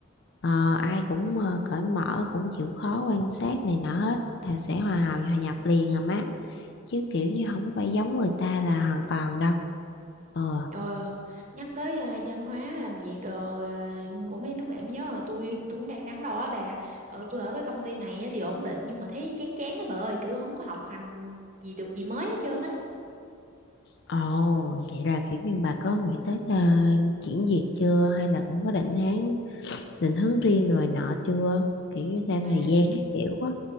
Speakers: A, on the left; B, on the right.
A: Ờ, ai cũng ờ, cởi mở cũng chịu khó quan sát này nọ hết thì sẽ hòa hào hòa nhập liền à má chứ kiểu như không có phải giống người ta là hoàn toàn đâu ờ
B: Ờ, nhắc tới à, văn hóa làm việc rồi à, của mấy nước bạn mới nhớ là tôi tôi cũng đang đắn đo á bà ờ, tôi ở cái công ty này á thì ổn định nhưng mà thấy chán chán á bà ơi kiểu không có học hành gì được gì mới hết trơn á
A: ồ vậy là kiểu như bà có nghĩ tới ờ, chuyển việc chưa hay là cũng có định hướng định hướng riêng rồi nọ chưa kiểu như thêm
B: à
A: thời gian các kiểu á